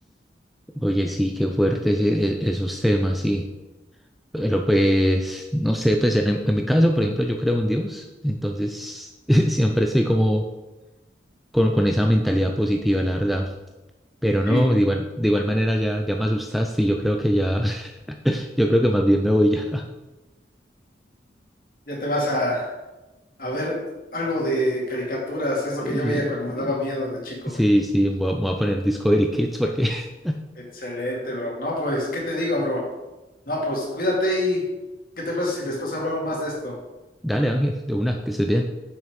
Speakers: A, in the centre; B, on the left.
A: Oye, sí, qué fuertes e- e- esos temas, sí. Pero pues, no sé, pues en, en mi caso, por ejemplo, yo creo en Dios, entonces <laughs> siempre estoy como con, con esa mentalidad positiva, la verdad. Pero
B: Y
A: no, de igual, de igual manera ya, ya me asustaste y yo creo que ya, <laughs> yo creo que más bien me voy ya.
B: ya te vas a, a ver algo de caricaturas,
A: <laughs>
B: es lo
A: Y-
B: que yo veía cuando me daba miedo de chico.
A: Sí, sí, me voy a, me voy a poner Discovery Kids porque, <laughs>
B: Excelente, bro. No, pues, ¿qué te digo, bro? No, pues cuídate y ¿qué te pasa si después hablamos más de esto?
A: dale Ángel, de una, que estés bien.